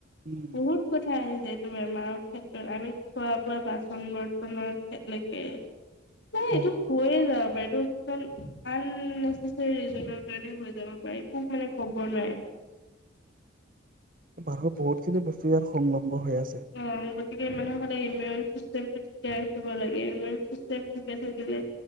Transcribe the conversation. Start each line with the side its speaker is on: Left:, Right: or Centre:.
Right: উম
Left: বহুত কথা আহি যে। বেমাৰৰ ক্ষেত্ৰত আমি খোৱা বোৱা বাচন বৰ্তনৰ কলৈকে। এই,
Right: হয়
Left: এইটো
Right: হয়,
Left: হৈয়ে যাব পাৰে। কি আন কাৰণ হৈ যাব পাৰে খব মানে কব নোৱাৰে <unintelligible>
Right: বাৰৰ বহুতখিনি বস্তু ইয়াৰ সংলগ্ন হৈ আছে।
Left: অ', গতিকে মানহে সদায় ইমিউন চিষ্টেম ঠিকে ৰাখিব লাগে ইমিউন চিষ্টেম ঠিকে থাকিলে